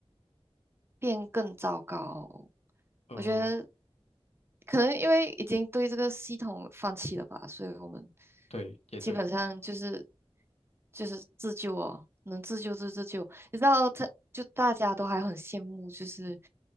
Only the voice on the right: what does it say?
变更糟糕。
我觉得可能因为已经对这个系统放弃了吧，所以我们
基本上就是就是自救哦，能自救就自救。你知道他，就大家都还很羡慕，就是